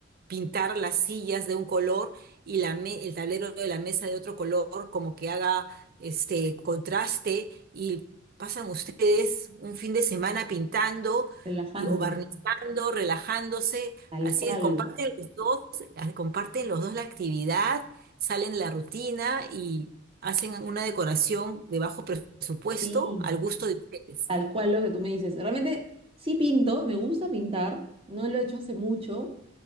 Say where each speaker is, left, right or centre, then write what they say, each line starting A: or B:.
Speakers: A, on the right; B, on the right.
A: pintar las sillas de un color y la me- el tablero de la mesa de otro color, como que haga este contraste y pasan ustedes un fin de semana pintando
B: relajándonos,
A: y, o barnizando, relajándose,
B: tal
A: así
B: cual,
A: es, comparten los dos, ah, comparten los dos la actividad, salen de la rutina y hacen una decoración de bajo presupuesto
B: sí,
A: al gusto de ustedes.
B: tal cual lo que tú me dices. Realmente sí pinto, me gusta pintar, no lo he hecho hace mucho,